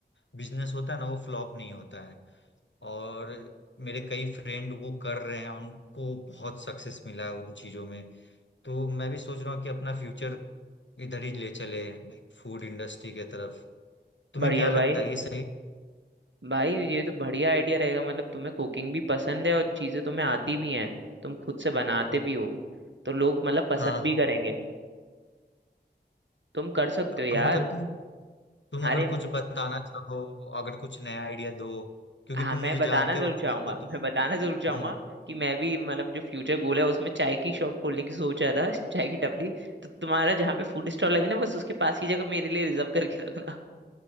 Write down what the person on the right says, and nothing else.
बढ़िया
भाई
भाई ये तो बढ़िया आइडिया रहेगा मतलब तुम्हें कुकिंग भी पसंद है और चीजें तुम्हें आती भी हैं तुम खुद से बनाते भी हो तो लोग मतलब पसंद
भी
करेंगे तुम कर सकते
हो यार
अरे
हाँ
मैं
बताना
जरूर
चाहूंगा
<laughs> मैं बताना जरूर चाहूंगा
कि मैं भी मतलब जो फ्यूचर गोल है उसमें चाय की शॉप खोलने की सोच रहा था चाय की टपली तो तुम्हारा जहाँ पे फूड स्टॉल लगे ना बस उसके पास की जगह मेरे लिए रिजर्व करके रखना